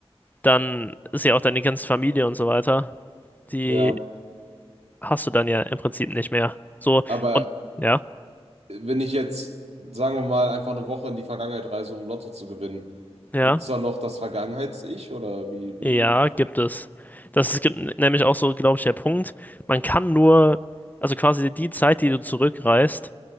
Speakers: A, on the left; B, on the right.
A: dann ist ja auch deine ganze Familie und so weiter, die
B: ja.
A: hast du dann ja im Prinzip nicht mehr. So,
B: Aber
A: und ja,
B: wenn ich jetzt, sagen wir mal, einfach eine Woche in die Vergangenheit reise, um Lotto zu gewinnen,
A: ja,
B: gibt es da noch das Vergangenheits-Ich oder wie, wie?
A: ja, gibt es. Das ist gen- nämlich auch so, glaube ich, der Punkt. Man kann nur, also quasi die Zeit, die du zurückreist,